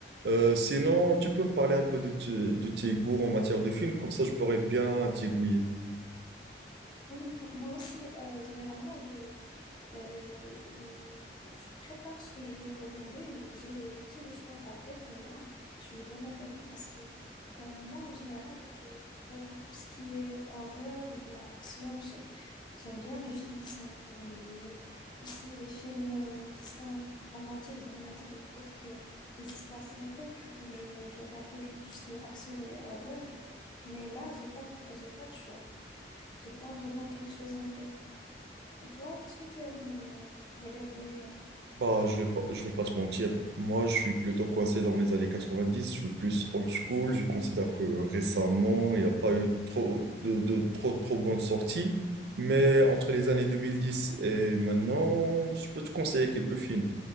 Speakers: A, on the right (about 70°); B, on the left (about 25°).
A: Euh, sinon, tu peux me parler un peu de, te- de tes goûts en matière de films, comme ça je pourrais bien t'aiguiller.
B: Oui, moi moi aussi, euh, généralement, je, Euh, euh, je prépare ce que je veux regarder ou j'ai des, j'ai des choix en tête, mais là, je suis vraiment perdue parce que euh, moi, en général, je, je regarde tout ce qui est horreur ou bien action. Je- sais- J'aime bien les films qui sont un peu ennuyeux. Aussi, les films euh, qui sont romantiques, dramatiques, je trouve que les histoires se répètent. Du coup, je, je regarde toujours tout ce qui est action et horreur. Mais là, j'ai pas, j'ai pas de choix. J'ai pas vraiment quelque chose en tête. Et toi, qu'est-ce que tu aimes euh, regarder là?
A: Bah, je vais pas, je vais pas te mentir. Moi, je suis plutôt coincé dans les années 90. Je suis plus old school. Je considère que récemment, il n'y a pas eu trop de, de trop, trop bonnes sorties. Mais entre les années 2010 et maintenant, je peux te conseiller quelques films.